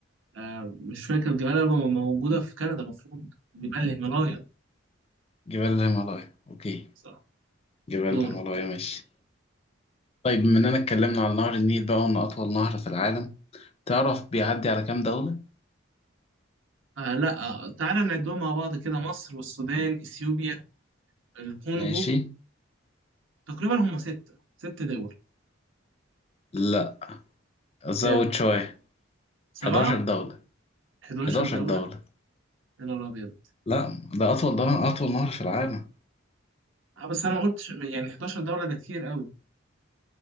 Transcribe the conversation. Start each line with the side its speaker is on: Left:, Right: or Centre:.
Right: آه، مش فاكر جبال الألبة موجودة في كندا المفروض جبال الهيمالايا
Left: جبال الهيمالايا اوكي
Right: صح
Left: جبال
Right: دورة
Left: الهيمالايا ماشي طيب بما اننا اتكلمنا عن نهر النيل بقى وانه اطول نهر في العالم تعرف بيعدي على كام دولة
Right: آه لا آه، تعالى نعدهم مع بعض كده مصر والسودان إثيوبيا الكونغو
Left: ماشي
Right: تقريبا هم ستة ست دول
Left: لا زود
Right: كام؟
Left: شوية
Right: سبعة
Left: 11 دولة
Right: 11
Left: 11
Right: دولة
Left: دولة
Right: يا نهار أبيض
Left: لا ده اطول ده اطول نهر في العالم
Right: آه، بس أنا ما قلتش يعني 11 دولة ده كتير قوي